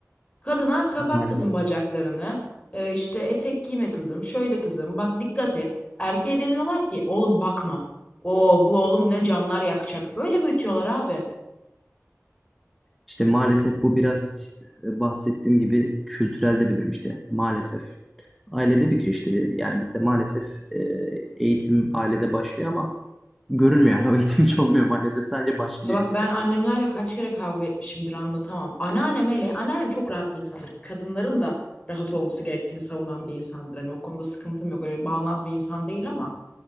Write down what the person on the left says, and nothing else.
Kadına kapat
kızım bacaklarını. E, işte etek giyme kızım. Şöyle kızım. Bak dikkat et. Erkeğe demiyorlar ki oğlum bakma. O bu oğlum ne canlar yakacak. Böyle büyütüyorlar abi.
Ya bak ben annemlerle kaç kere kavga etmişimdir anlatamam. Anneannem hele, anneannem çok rahat bir insandır. Kadınların da rahat olması gerektiğini savunan bir insandır. Hani o konuda sıkıntım yok. Öyle bağnaz bir insan değil ama.